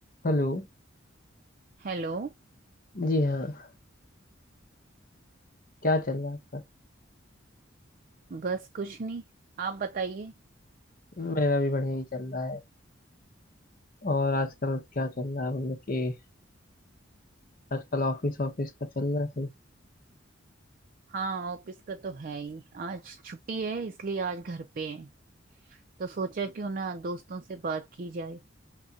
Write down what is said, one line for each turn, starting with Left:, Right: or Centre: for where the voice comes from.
Left: हेलो
Right: Hello
Left: जी हाँ क्या चल रहा है आपका
Right: बस कुछ नहीं आप बताइए
Left: मेरा भी बढ़िया ही चल रहा है और आजकल क्या चल रहा है मतलब कि आजकल ऑफिस ऑफिस का चल रहा है सही
Right: हाँ ऑफिस का तो है ही आज छुट्टी है इसलिए आज घर पे हैं तो सोचा क्यों ना दोस्तों से बात की जाए